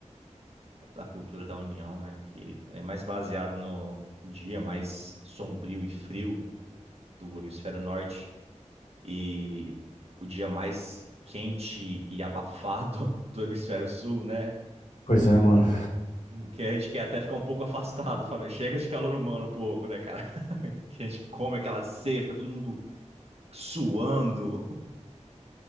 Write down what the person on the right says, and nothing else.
da cultura da União, né? Que é mais baseado no dia mais sombrio e frio do hemisfério norte e o dia mais quente e abafado <laughs> do hemisfério sul, né?
Que a gente quer até ficar um pouco afastado, família. Chega de calor humano um pouco, né, cara? <laughs> Que a gente come aquela ceia, fica todo mundo suando.